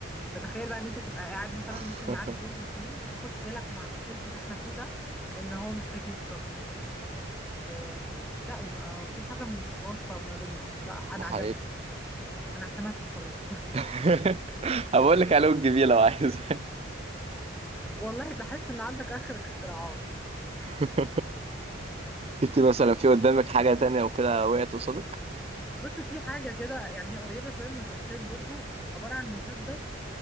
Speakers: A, in the centre; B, on the right.
A: فتخيل بقى ان انت تبقى قاعد مثلا
B: <laughs>
A: ممكن يعدي يوم واتنين ما تاخدش بالك مع الصيف اللي احنا فيه ده ان هو محتاج يشرب النبات او ان هو محتاج لا يبقى في حاجه م- متواصله ما بيننا لا انا
B: ده حقيقة
A: عجبني انا اعتمدت وخلاص
B: <laughs> هبقول لك عليه الجميل لو عايز
A: والله بحس ان عندك اخر الاختراعات
B: <laughs> شفتي مثلا في قدامك حاجة تانية وكده وقعت قصادك؟
A: بص في حاجه كده يعني هي قريبه شويه من الروبوتات برضو عباره عن مسدس